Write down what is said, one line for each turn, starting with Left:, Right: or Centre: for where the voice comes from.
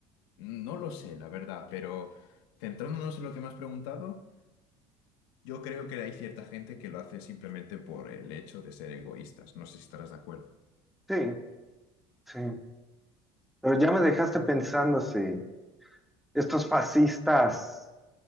Left: No lo sé, la verdad, pero centrándonos en lo que me has preguntado, yo creo que hay cierta gente que lo hace simplemente por el hecho de ser egoístas. No sé si estarás de acuerdo.
Centre: Sí, sí. Pero ya me dejaste pensando si estos fascistas